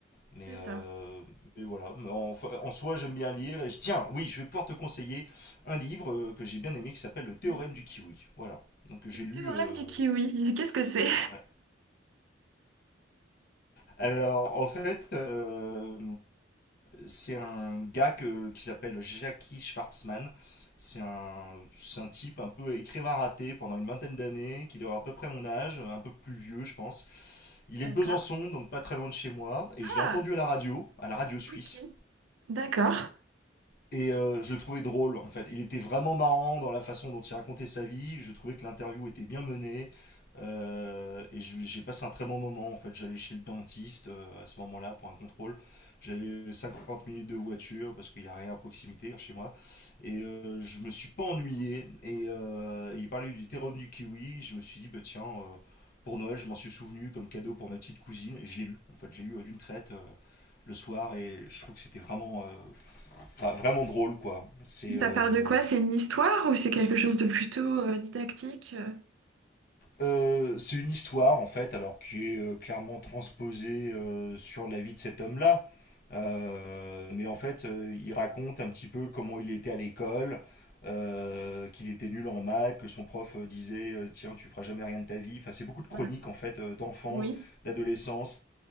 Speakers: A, on the left (about 50°); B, on the right (about 80°).
A: Mais,
B: C'est
A: euh,
B: ça.
A: mais voilà. Mais En, enfin, en soi, j'aime bien lire. Et je, tiens, oui, je vais pouvoir te conseiller un livre euh, que j'ai bien aimé qui s'appelle Le théorème
B: Oui.
A: du kiwi. Voilà. Donc, j'ai
B: Le
A: lu.
B: théorème
A: euh,
B: du kiwi, <laughs> qu'est-ce que c'est?
A: ouais. Alors, en fait, euh, c'est un gars que- qui s'appelle Jackie Schwartzman. C'est un, c'est un type un peu écrivain raté pendant une vingtaine d'années, qui doit avoir à peu près mon âge, un peu plus vieux, je pense. Il
B: D'accord.
A: est de Besançon, donc pas très loin de chez moi, et
B: Ah,
A: je l'ai entendu à la radio, à la radio suisse.
B: ok. D'accord.
A: Et euh, je le trouvais drôle, en fait. Il était vraiment marrant dans la façon dont il racontait sa vie. Je trouvais que l'interview était bien menée. Euh, et je- j'ai passé un très bon moment, en fait. J'allais chez le dentiste euh, à ce moment-là pour un contrôle. J'avais euh, 50 minutes de voiture parce qu'il n'y a rien à proximité chez moi. Et euh, je me suis pas ennuyé. Et, euh, et il parlait du terroir du kiwi. Je me suis dit, bah tiens, euh, pour Noël, je m'en suis souvenu comme cadeau pour ma petite cousine. Et je l'ai lu. En fait, j'ai lu euh, d'une traite euh, le soir. Et je trouve que c'était vraiment, euh, Enfin, vraiment drôle, quoi. C'est
B: Ça
A: euh,
B: part de quoi? C'est une histoire ou c'est quelque chose de plutôt euh, didactique? euh,
A: euh, c'est une histoire, en fait, alors qui est euh, clairement transposée euh, sur la vie de cet homme-là. Euh, mais en fait, euh, il raconte un petit peu comment il était à l'école, euh, qu'il était nul en maths, que son prof euh, disait euh, Tiens, tu feras jamais rien de ta vie. Enfin, c'est beaucoup de chroniques,
B: voilà.
A: en fait, euh, d'enfance,
B: Oui.
A: d'adolescence,